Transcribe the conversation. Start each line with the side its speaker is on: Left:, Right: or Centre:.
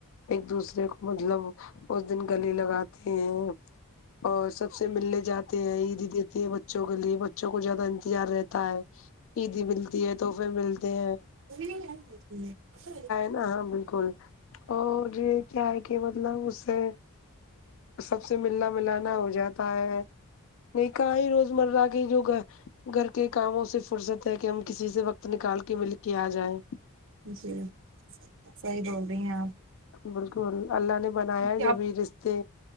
Left: ایک دوسرے کو مطلب اس دن گلے لگاتے ہیں اور سب سے ملنے جاتے ہیں عید دیتے ہے بچوں کے لیے بچوں کو زیادہ انتظار رہتا ہے عیدی ملتی ہے تو پھر ملتے ہیں
Right: <unintelligible>
Left: ہا بالکل اور یہ کیا ہے کہ مطلب اس سے سب سے ملنا ملانا ہو جائے جاتا ہے نکاح ہی روزمرہ کی جو گہر گھر کے کاموں سے فرصت ہے کہ ہم کسی سے وقت نکال کے مل کے ا جائیں
Right: جی صحیح بول رہی ہیں اپ
Left: بالکل اللہ نے بنایا ہے
Right: کیا
Left: جبھی
Right: آپ
Left: رشتے